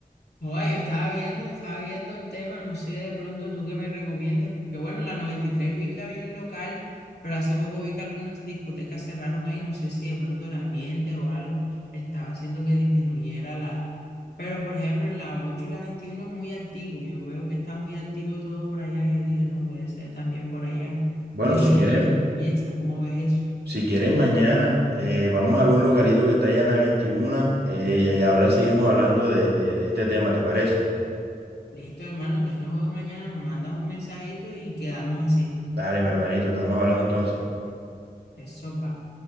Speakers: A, on the left; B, on the right.
A: Joder, yo estaba viendo, estaba viendo el tema, no sé de pronto tú qué me recomiendas, porque bueno, en la 93 vi que había un local, pero hace poco vi que algunas discotecas cerraron ahí, no sé si de pronto el ambiente o algo estaba haciendo que disminuyera la... Pero por ejemplo, en la 8 y la 21 muy activo, yo veo que está muy activo todo por allá, yo dije, no, puede ser también por allá.
B: Bueno,
A: No
B: si
A: sé
B: quieren,
A: tú qué piensas, cómo ves eso.
B: si quieren mañana, eh, vamos a ver un localito que está allá en la 21, eh, y allá habla, seguimos hablando de, de, de este tema, ¿te parece?
A: Listo, hermano, entonces nos vemos mañana, me mandas un mensajito y quedamos así.
B: Dale, mi hermanito, estamos hablando entonces.
A: Eso va.